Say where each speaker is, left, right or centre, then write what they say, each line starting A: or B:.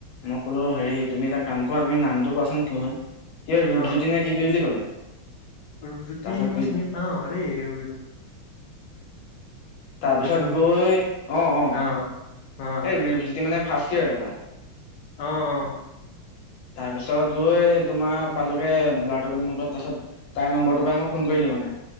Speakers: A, on the left; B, on the left.
A: মই কলো হেৰি তুমি এটা কাম কৰা তুমি নামটো কোৱাচোন কি হয় কিবা ৰূপজ্যোতি
B: অ
A: নে কি বুলি ক'লে।
B: ৰূপজ্যোতি
A: তাৰপিছত
B: মই
A: বিল
B: চিনি পাওঁ ৰে ৰূপজ্যোতি।
A: তাৰপিছত
B: হেল্ল'
A: গৈ অঁ অঁ
B: অ অ
A: ৰূপজ্যোতি মানে ফাষ্ট ইয়াৰ এইবাৰ।
B: অঁ অঁ।
A: তাৰপিছত গৈ তোমাৰ পালোগে ল'ৰাটো পৰাই মানে তাৰপিছত তাৰ নম্বৰটো পাই মই ফোন কৰিলো মানে।